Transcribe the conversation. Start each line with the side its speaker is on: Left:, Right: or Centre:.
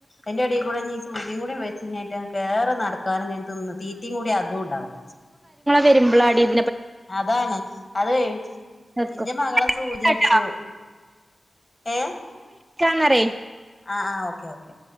Left: എന്റെ അടെ കൂടെഈ സൂച കൂടി വെച്ചട്ട നട തിന്ന തീറ്റയും കൂടി അതും ഉണ്ടാവില്ല
Right: വരുമ്പോളാടി ഇ
Left: അതാണ് അത്
Right: നിക്കും
Left: എന്റെ മകളെ സൂചയ അടിച്ചു
Right: ട്ടോ
Left: എഏ
Right: കാന്നറിയി
Left: ആഹ ആഹ് ഓക്കെ ഓക്കെ